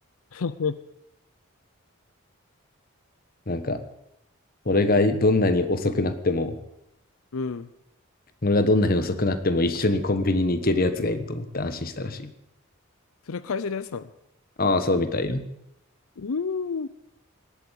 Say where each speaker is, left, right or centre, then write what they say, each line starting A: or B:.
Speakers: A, on the left; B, on the left.
A: <laughs>
B: なんか、俺がどんなに遅くなっても、
A: うん。
B: 俺がどんなに遅くなっても一緒にコンビニに行けるやつがいると思って安心したらしい。
A: それは会社でやってたの
B: ああ、そうみたいよ。い
A: うーん。